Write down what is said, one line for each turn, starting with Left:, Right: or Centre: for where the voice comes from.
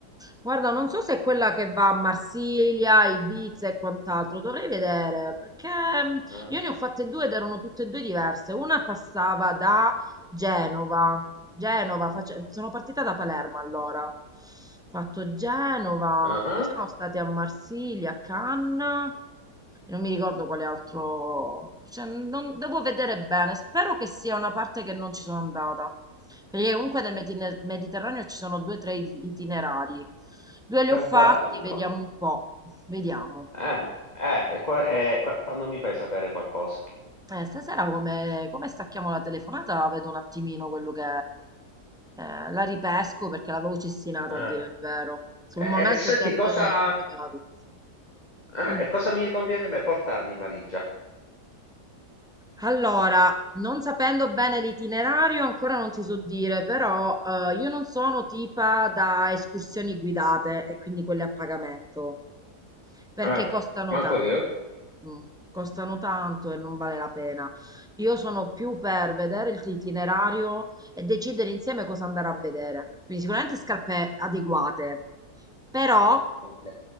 Centre: guarda, non so se è quella che va a Marsiglia, Ibiza e quant'altro, dovrei vedere, perché mm,
Left: Eh?
Centre: io ne ho fatte due ed erano tutte e due diverse. Una passava da Genova, Genova, face- sono partita da Palermo allora, ho fatto Genova,
Left: Ah.
Centre: poi siamo stati a Marsiglia, a Cannes, e non mi ricordo quale altro, cioè, non- devo vedere bene, spero che sia una parte che non ci sono andata. Perché comunque nel Medine- Mediterraneo ci sono due o tre it- itinerari. Due li
Left: Che
Centre: ho fatti,
Left: bello.
Centre: vediamo un po'. Vediamo.
Left: Eh, eh, qua- eh, qua- quando mi fai sapere qualcosa?
Centre: Eh, stasera come, come stacchiamo la telefonata, vedo un attimino quello che... eh, la ripesco perché l'avevo cestinata
Left: Eh,
Centre: a dire il vero. Sul
Left: eh,
Centre: momento
Left: eh, senti,
Centre: ho detto
Left: cosa,
Centre: no, come vado?
Left: eh,
Centre: Dimmi.
Left: e cosa mi conviene a me portarmi in valigia?
Centre: Allora, non sapendo bene l'itinerario, ancora non ti so dire, però eh, io non sono tipa da escursioni guidate e quindi quelle a pagamento. perché
Left: Eh,
Centre: costano
Left: manco
Centre: tanto.
Left: io?
Centre: Mm, Costano tanto e non vale la pena. Io sono più per vedere il- l'itinerario e decidere insieme cosa andare a vedere. Quindi sicuramente scarpe adeguate, però
Left: Ok,